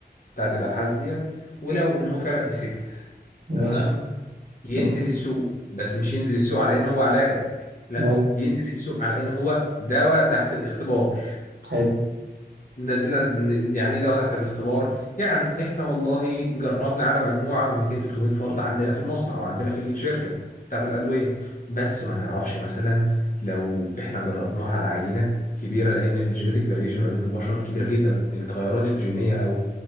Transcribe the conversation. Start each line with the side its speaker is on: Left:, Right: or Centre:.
Left: بتاعت الأبحاث ديت ولقوا إن هو فعلا افكتيف
Right: ماشي
Left: تمام ينزل
Right: تمام
Left: السوق بس مش ينزل السوق على ان هو علاج لا
Right: بل
Left: ينزل السوق على ان هو دواء تحت الاختبار
Right: حلو
Left: نزلنا ن- يعني ايه دواء تحت الاختبار يعني احنا والله جربنا على مجموعه من 200 300 فرد عندنا في المصنع وعندنا في الشركه بتاعت الادويه بس ما نعرفش مثلا لو احنا جربناها على عينه كبيره لان الجينيتك فاريشن ما بين البشر كبيره جدا التغيرات الجينيه او